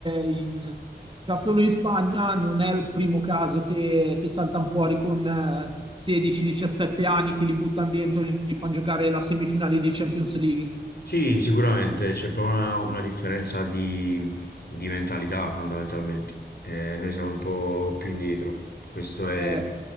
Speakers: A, on the right (about 30°); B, on the left (about 60°).
A: in, da solo in Spagna non è il primo caso che, che saltano fuori con eh, 16-17 anni, che li buttano dentro e li fanno giocare la semifinale di Champions League.
B: Sì, sicuramente c'è proprio una, una differenza di, di mentalità fondamentalmente. Eh, noi siamo un po' più indietro, questo è,
A: Eh,